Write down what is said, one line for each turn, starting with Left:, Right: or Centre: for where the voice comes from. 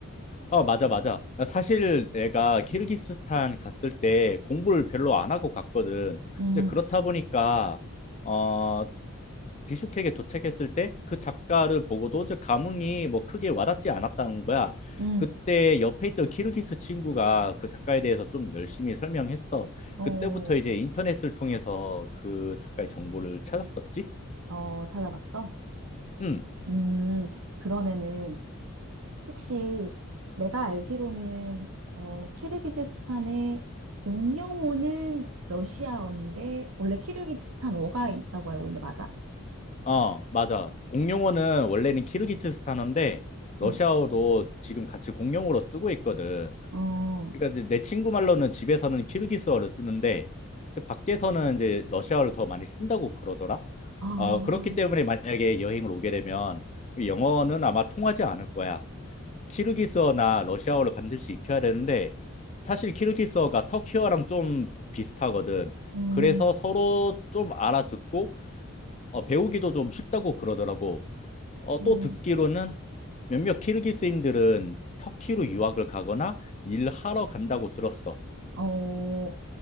Left: 어, 맞아, 맞아. 사실 내가 키르기스스탄 갔을 때 공부를 별로 안 하고 갔거든.
Right: 음,
Left: 이제 그렇다 보니까, 어, 비슈케크에 도착했을 때 그 작가를 보고도 저 감흥이 뭐 크게 와닿지 않았다는 거야.
Right: 음,
Left: 그때 옆에 있던 키르기스 친구가 그 작가에 대해서 좀 열심히 설명했어.
Right: 어,
Left: 그때부터 이제 인터넷을 통해서 그 작가의 정보를 찾았었지?
Right: 어, 찾아봤어?
Left: 응.
Right: 음, 그러면은, 혹시 내가 알기로는 어, 키르기즈스탄의 공용어는 러시아어인데 원래 키르기즈스탄어가 있다고 알고 있는데 맞아?
Left: 어, 맞아. 공용어는 원래는 키르기스스탄어인데 러시아어도
Right: 어,
Left: 지금 같이 공용어로 쓰고 있거든.
Right: 어,
Left: 그러니까 이제 내 친구 말로는 집에서는 키르기스어를 쓰는데 이제 밖에서는 이제 러시아어를 더 많이 쓴다고 그러더라.
Right: 아,
Left: 어, 그렇기 때문에 만약에 여행을 오게 되면 영어는 아마 통하지 않을 거야. 키르기스어나 러시아어를 반드시 익혀야 되는데 사실 키르기스어가 터키어랑 좀 비슷하거든.
Right: 음,
Left: 그래서 서로 좀 알아듣고 어, 배우기도 좀 쉽다고 그러더라고. 어,
Right: 음,
Left: 또 듣기로는 몇몇 키르기스인들은 터키로 유학을 가거나 일하러 간다고 들었어.
Right: 어, 어,